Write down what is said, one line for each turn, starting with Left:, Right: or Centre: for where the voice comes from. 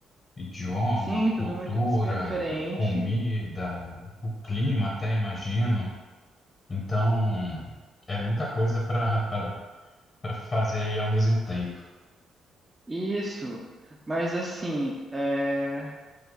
Left: Idioma,
Right: Sim,
Left: cultura,
Right: tudo muito diferente.
Left: comida, o clima até, imagino. Então, é muita coisa para para para fazer aí ao mesmo tempo.
Right: Isso, mas assim, é